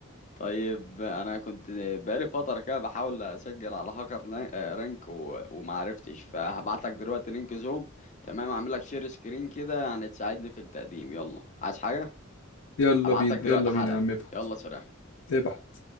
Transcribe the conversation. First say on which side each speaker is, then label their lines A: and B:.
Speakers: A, on the left; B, on the left.
A: طيب انا كنت بقالي فتره كده بحاول اسجل على هاكر لا- آه، رانك و- ومعرفتش فهبعت لك دلوقتي لينك زوم تمام اعمل لك شير سكرين كده يعني تساعدني في التقديم يلا عايز حاجه
B: يلا
A: هبعت
B: بينا
A: لك دلوقتي
B: يلا
A: حالا
B: بينا يا عم ابعت
A: يلا سلام
B: ابعت